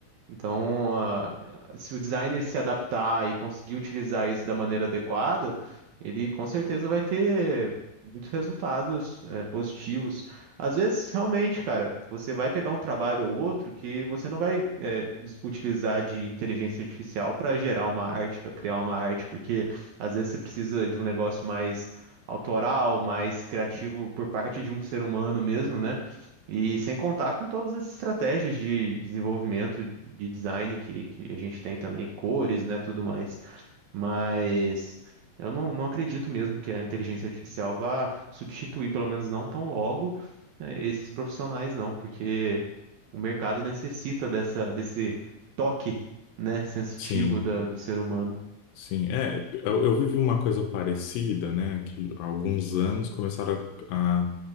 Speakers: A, on the right (about 65°); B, on the left (about 75°).
A: Então, ah, se o designer se adaptar e conseguir utilizar isso da maneira adequada, ele com certeza vai ter muitos resultados, eh, positivos. Às vezes, realmente, cara, você vai pegar um trabalho ou outro que você não vai, eh, us- utilizar de inteligência artificial para gerar uma arte, para criar uma arte, porque às vezes você precisa de um negócio mais autoral, mais criativo por parte de um ser humano mesmo, né? E sem contar com todas as estratégias de desenvolvimento, de design que, que a gente tem também, cores, né, tudo mais. Mas eu não, não acredito mesmo que a inteligência artificial vá substituir, pelo menos não tão logo, eh, esses profissionais, não, porque o mercado necessita dessa, desse toque, né, sensitivo
B: Sim.
A: da, do ser humano.
B: Sim, é, eu, eu vivi uma coisa parecida, né, que há alguns anos começaram a, a